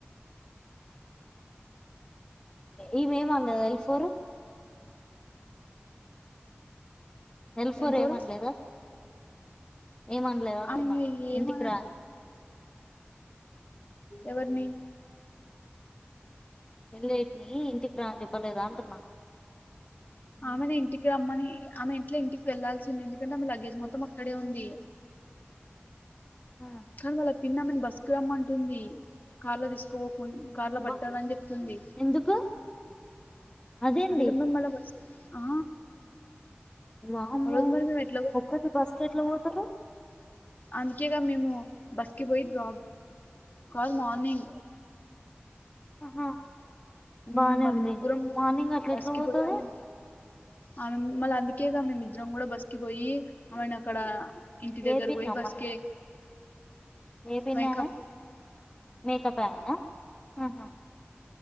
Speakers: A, on the left; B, on the left.
A: ఈమె ఎమ్మండో తెలుస్ పోరు ఎల్ ఫర్
B: వెళ్ళిపోరు
A: ఏమనలేదా ఏమనలేద అంటున్నా
B: ఆమె ఇంగ ఏమన
A: ఇంటికి రా అని
B: ఎవరిని
A: వెళ్ళట్ని ఇంటికి రా అని చెప్పలేదా అంటున్నా
B: ఆమెను ఇంటికి రమ్మని, ఆమె ఇంట్లో ఇంటికి వెళ్లాల్సింది ఎందుకంటే ఆమె లగేజ్ మొత్తం అక్కడే ఉంది.
A: ఆ,
B: కాన మల్ పిన్నమెను బసుకు రమ్మంటుంది కాళ్లో తీసుకో న్ కార్లో పట్టరని
A: బా
B: చెప్తుంది
A: ఎందుకు అదేంది
B: అందులోనూ మల్ల బస్ ఆ
A: వామ్మో
B: ఆ రోజు మరి మేము ఎట్లా
A: ఒక్కది బస్ కెట్లు పోతరు
B: అందుకేక మేము బాస్క్ పోయి ప కాదు మార్నింగ్
A: ఆహా బానే
B: మిమ్మల్ని
A: ఉంది
B: ముగ్గురం
A: మార్నింగ్ అట్ల
B: బస్
A: ఎట్లా
B: కి
A: పోతది
B: పోయి ఆమె ఆమె మళ్ళ అందుకేగా మేముమిద్దరం కూడా బస్ కి పోయి ఆమెను అక్కడ ఇంటి దగ్గరకి
A: ఏపీనమ్మా
B: పోయి బస్కే
A: ఏ పిన్నా
B: మేకప్
A: మేకప్ వేయాల ఆహా,